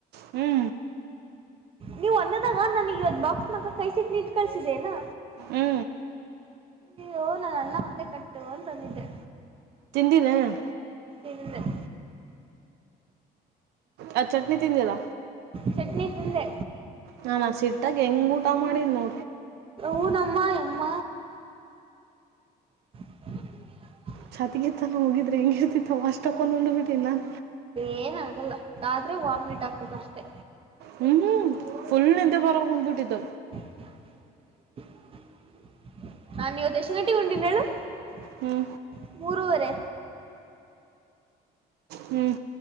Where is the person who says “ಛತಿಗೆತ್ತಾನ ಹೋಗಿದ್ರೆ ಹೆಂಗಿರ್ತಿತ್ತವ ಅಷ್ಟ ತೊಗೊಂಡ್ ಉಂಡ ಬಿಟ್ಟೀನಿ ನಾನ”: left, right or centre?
Right